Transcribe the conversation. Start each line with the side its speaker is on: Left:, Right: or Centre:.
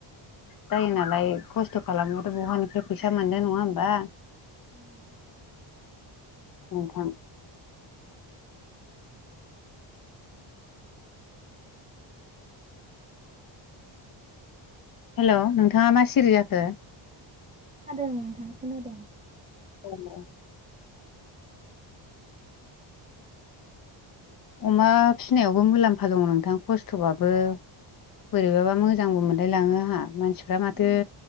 Left: जायो नालाय खस्थ' खालामाबाथ' बहानिफ्राय फैसा मोननो नङा होमबा।
Right: उम।
Left: नोंथां। हेलौ नोंथाङा मा सिरि जाखो?
Right: खोनादों नोंथां खोनादों।
Left: औ नंगौ। अमा फिनायावबो मुलाम्फा दङ नोंथां खस्थ'बाबो। बोरैबाबा मोजांबो मोनलायलाङो आहा मानसिफ्रा माथो
Right: औ